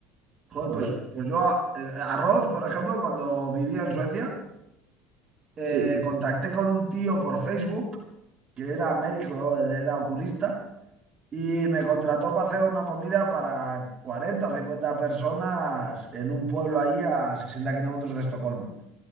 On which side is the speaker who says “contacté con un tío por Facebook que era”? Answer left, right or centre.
Right